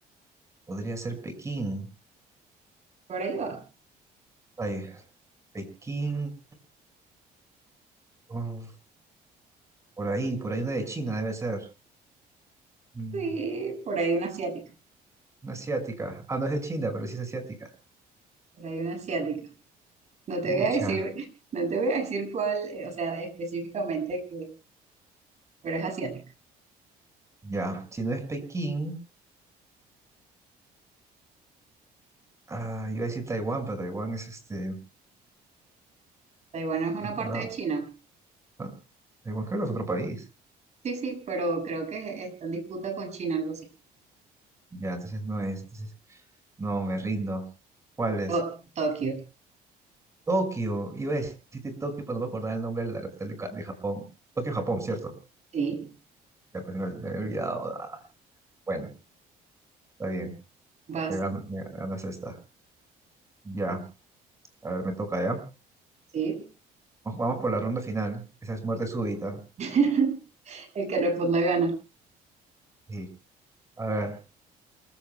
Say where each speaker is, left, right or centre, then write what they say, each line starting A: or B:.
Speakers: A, on the right; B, on the right.
A: podría ser Pekín.
B: Por ahí va.
A: Ay, Pekín. oh, Por ahí, por ahí una de China debe ser. Mm,
B: Sí, por ahí una asiática,
A: Una asiática. Ah, no es de China, pero sí es asiática.
B: por ahí una asiática. No te
A: Ucha,
B: voy a decir, no te voy a decir cuál, eh, o sea, específicamente, que, pero es asiática.
A: ya. Si no es Pekín, ah, iba a decir Taiwán, pero Taiwán es este,
B: Taiwán es una
A: es otro
B: parte
A: lado.
B: de China.
A: Ah, Taiwán creo que es otro país.
B: Sí, sí, pero creo que está en disputa con China, algo así.
A: Ya, entonces no es. Entonces, no, me rindo. ¿Cuál es?
B: To- Tokio,
A: Tokio. Iba a decirte Tokio, pero no me acordaba el nombre de la capital de, Ca- de Japón. Tokio, Japón, ¿cierto?
B: sí.
A: Ya, pues me, me había olvidado. Ah, bueno, está bien.
B: Vas,
A: Te gan- me ganas esta. Ya. A ver, me toca ya.
B: sí.
A: Nos jugamos por la ronda final. Esa es muerte súbita.
B: <laughs> El que responda gana.
A: Sí. A ver.